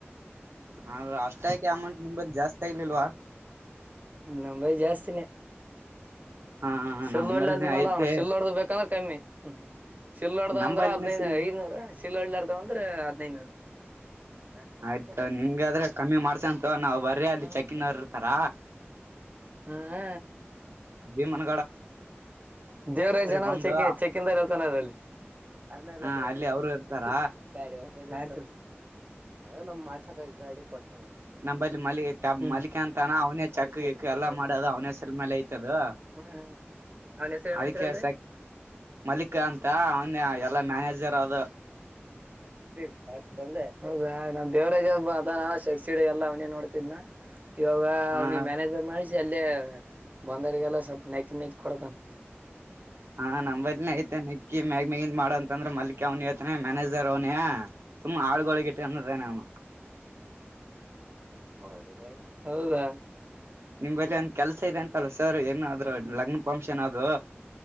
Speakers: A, on the right; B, on the right.
A: ಹ ಅಷ್ಟ ಆ್ಕ ಅಮೌಂಟ್ ನಿತ್ ಜಾಸ್ತಿ ಆಯತು ಲಿಲ್ವಾ
B: ನಂಬೈ ಜಾಸ್ತಿನೇ
A: ಹಾ
B: ಸಿಲ್ಲೋಡ್್ದ
A: ನಮ್ಮಲ್ಲಿನೆ
B: ಮಲ
A: ಐತೆ
B: ಸಿಿಲ್ಲಡ್ದ ಬೇಕಂದ್ರೆ <unintelligible> ಮೇ <unintelligible> ಸಿಿಲ್ಲೋರ್ದ
A: ನಂಬಲ್ಲಿನೆ
B: ಅಂದ್ರ ಹದ್ಿನೈದು
A: ಸಿಲ್
B: ಐನೂರ ಸಿಲ್ಲೋಳ್ಳಾರದ ಅಂದ್ರ ಹದ್ಿನೈನೂರ <unintelligible>
A: ಆಯ್ತ ನಿಮ್ಗಾದ್ರೆ ಕಮ್ಮಿ ಮಾಡ್ಸಂತ ನಾವ್ ಬರ್ರಿ ಅಲ್ಲಿ ಚೆಕಿನ್ ಅವ್ರ ಇರ್ತಾರ
B: ಹ ಅ
A: ಭೀಮನ
B: ದೇವರಾಜ್ ಜನರ್
A: ಬಂದು
B: ಚೆಕ್ ಚೆಕಿಂದ ಹೇಳ್ತಾನದ ಅಲ್ಲಿ ಅರ್ನಲ್ಲ
A: ಹ
B: ನೀವ
A: ಅಲ್ಲಿ
B: ನೋಡ್ತಿಾ
A: ಅವರು ಇರ್ತಾರ
B: <unintelligible> ಯತ <unintelligible> ಅ ನಮ್ ಮಾಸಕ ಗಾಡಿ ಕೊಟ್ಟ
A: ನಮ್ಮಲ್ಲಿ ಮಲ್ಲಿ
B: ಹ್ಮ್
A: ಮಲಿಕ ಅಂತಾನ ಅವನೇ ಚಕ್
B: ಹೊಲ್ಕ್ ಮನಿ
A: ಎಕ್ಕ ಎಲ್ಲಾ
B: ಹ್ಮ್
A: ಮಾಡೋದು ಅವ್ನೇ ಸಲ್ಮೇಾಲ ಐತದ <unintelligible>
B: ಹ್ಮ್ ಅವ್ನ ಹೆಸರು ಏನಂದ್ರಲ್ರಿ
A: ಅದಕ್ಕೆ <unintelligible> ಮಲ್ಲಿಕ್ ಅಂತ ಅವನ್ ಎಲ್ಲಾ ಮ್ಯಾನೇಜರ್ ಜರಾದ
B: ೆ ಹೌದ ನಾನ್ ದೇವರಾಜ ಹಬ್ಬ ನಾ ಶಕ್ಷಿ ಎಲ್ಲ ಅವನ ನೋಡ್ತಿದ್ನ <unintelligible> ಇವಾಗ
A: ಹ
B: ಅವ್ನಿಗೆ ಮ್ಯಾನೇಜರ್ ಮಾಡಿಸಿ ಅಲ್ಲೇ ಬಂದಾರಗೆಲ್ಲ ಸ್ವಲ್ಪ ನೆಕ್ಕಿ ನೆಕ್ಕಿ ಕೊಡತಾನ
A: ಹಾ ನಮ್ದ್ನ ಐತೆನೆ ನಕ್ಕಿ ಮ್ಯಾಗ ಮ್ಯಾಗ ಮಾಡಂತ. ಯಾಕಂದ್ರೆ ಮಲ್ಲಿಕ ಅವ್ನಿ ಹೇಳತನ್ ಮ್ಯಾನೇಜರ್ ಅವನೇ ಸುಮ್ಮ್ನ ಹಾಳ್ಗೊಳಗಿಟ್ಟದೆ ಅವ್ನು
B: ದ ಹೌದಾ
A: ನಿಮಲ್ಲಿ ಒಂದ್ ಕೆಲ್ಸ ಇದೆ ಅಂತಲ್ಲ ಸರ್ ಅದು ಏನಾದ್ರು ಲಗ್ನ ಫಂಕ್ಷನ್ ಅದು